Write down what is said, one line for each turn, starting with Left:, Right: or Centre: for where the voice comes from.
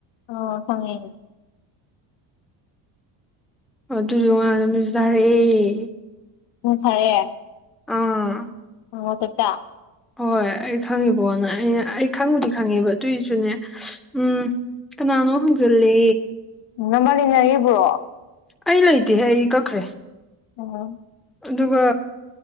Left: ꯑꯣ ꯈꯪꯉꯦ꯫
Centre: ꯑꯗꯨꯗꯣ ꯅꯍꯥꯟ ꯃꯦꯁꯦꯁ ꯊꯥꯔꯛꯑꯦ
Left: <unintelligible>
Centre: ꯑꯥ
Left: ꯍꯣ ꯋꯥꯆꯞꯇ꯫ <inaudible>
Centre: ꯍꯣꯏ ꯑꯩ ꯈꯪꯉꯤꯕꯣꯅ ꯑꯩꯅ ꯑꯩ ꯈꯪꯕꯨꯗꯤ ꯈꯪꯉꯦꯕ ꯑꯗꯨꯏꯁꯨꯅꯦ ꯎꯝ ꯀꯅꯥꯅꯣ ꯍꯪꯖꯤꯜꯂꯦ
Left: ꯅꯝꯕꯔ ꯂꯩꯅꯔꯤꯕ꯭ꯔꯣ?
Centre: ꯑꯩ ꯂꯩꯇꯦꯍꯦ ꯑꯩ ꯀꯛꯈ꯭ꯔꯦ꯫
Left: ꯑꯣ꯫
Centre: ꯑꯗꯨꯒ